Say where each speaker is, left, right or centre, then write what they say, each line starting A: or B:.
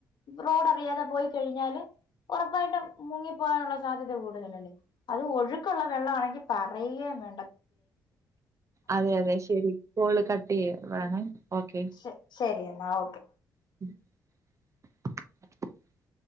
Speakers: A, on the left (about 65°); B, on the right (about 40°).
A: റോഡ് അറിയാതെ പോയി കഴിഞ്ഞാല് ഉറപ്പായിട്ടും മുങ്ങിപ്പോകാനുള്ള സാധ്യത കൂടുതലല്ലേ അത് ഒഴുക്കുള്ള വെള്ള ആണെങ്കിൽ പറയ്യേ വേ
B: അതെ അതെ ശരി കോള് കട്ട് ചെയ്യുവാണ് ഓക്കെ.
A: ശ ശരി എന്നാ ഓക്കെ.
B: <unintelligible>